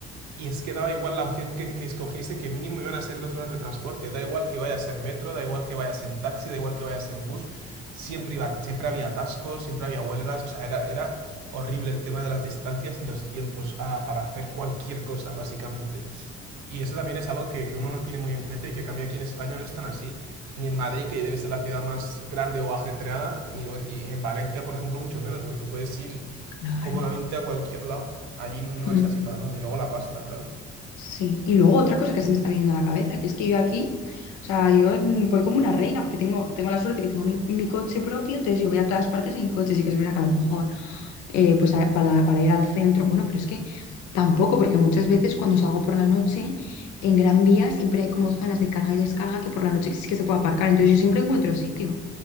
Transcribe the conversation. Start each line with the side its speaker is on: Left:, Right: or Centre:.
Right: y es que daba igual la opción que, que escogiese, que mínimo iban a ser dos horas de transporte. Da igual que vayas en metro, da igual que vayas en taxi, da igual que vayas en bus. Siempre iba, siempre había atascos, siempre había huelgas. O sea, era, era horrible el tema de las distancias y los tiempos ah, para hacer cualquier cosa, básicamente. Y eso también es algo que, que uno no tiene muy en cuenta y que cambia aquí en España no es tan así. Ni en Madrid, que debe ser la ciudad más grande o ajetreada, ni y en Valencia, por ejemplo, mucho menos, porque tú puedes ir
Left: claro.
Right: cómodamente a cualquier lado. Allí no
Left: Mm,
Right: es así para nada. Y luego la pasta, claro.
Left: Sí. Y luego otra cosa que se me está viniendo a la cabeza, que es que yo aquí, o sea, yo mm, voy como una reina, porque tengo, tengo la suerte que tengo mi, mi coche propio, entonces yo voy a todas partes en coche, sí que es verdad que a lo mejor. eh, pues a- para, para ir al centro. Bueno, pero es que tampoco, porque muchas veces cuando salgo por la noche, en Gran Vía siempre hay como zonas de carga y descarga que por la noche sí que se puede aparcar. Entonces yo siempre encuentro sitio.